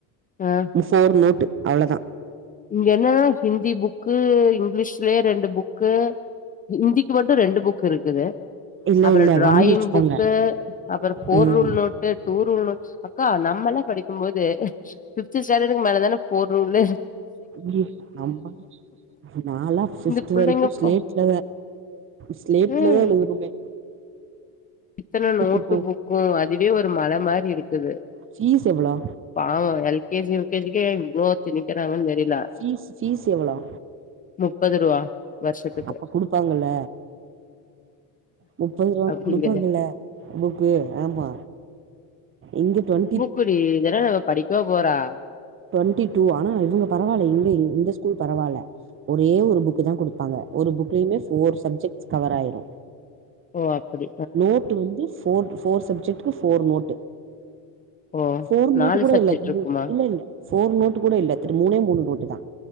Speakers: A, on the left (about 20°); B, on the right (about 30°).
A: அ
B: ஃபோர் நோட்டு அவ்ளதா
A: இங்க என்னன்னா ஹிந்தி புக்கு இங்லீஷ் இதுவே ரெண்டு புக்கு ஹிந்திக்கு மட்டு ரெண்டு புக் இருக்குது
B: இல்ல
A: அப்றோ
B: இல்ல
A: ட்ராயிங்
B: வாங்கி வச்சுப்பாங்க
A: புக்கு அப்புறோ போர்
B: ம்
A: ரூல் நோட் டூ ரூல் நோட் அக்கா நம்மல்ல எல்லாம் படிக்கும் போது ஃபித்து ஸ்டண்டர்டுக்கு மேலதான போ்த் ருலே
B: அதுவு நம்ம நாலா பிப்த்து
A: இந்த புள்ளைங்க
B: வரைக்கு ஸ்லேட்ல
A: பா
B: ஸ்லேட்லே
A: ம்
B: எழுதனுமே
A: இத்தன நோட்டு
B: இப்போ
A: புக்கு அதுவே ஒரு மல மாரி இருக்குது
B: பீஸ் எவ்வளோ
A: பாவு எல் கேஜி யு கேஜி கே ஏ இவ்ளோ திணிக்குறாங்கன்னு தெரில
B: பீஸ் பீஸ் எவ்வளோ
A: முப்பது ரூவா வருஷத்துக்
B: அப்ப குடுப்பாங்கல முப்பது ரூபனா
A: அப்டிங்கிற
B: குடுப்பீங்கல்ல இன்னிக்கி ஆமா இங்க டொண்டி
A: குடி இதெல்லா இவ படிக்கவா போறா
B: ட்வெண்ட்டி டூ ஆனா இவங்க பரவால்ல இங்க இந்த ஸ்கூல் பரவால்ல ஒரே ஒரு புக்கு தா குடுப்பாங்க ஒரு புக்லயுமே போர் சப்ஜெக்ட்ஸ் கவர் ஆய்ரு
A: ஓ அப்படி
B: நோட்டு வந்து ஃபோர் ஃபோர் சப்ஜெக்ட்கு ஃபோர் நோட்டு
A: ஓ
B: ஃபோர் நோட்டு
A: நாலு
B: கூட
A: சப்ஜெக்ட்
B: இல்ல
A: இருக்குமா
B: இல்ல இல்ல ஃபோர் நோட் கூட இல்ல த்ர மூணே மூணு நோட்டு் தா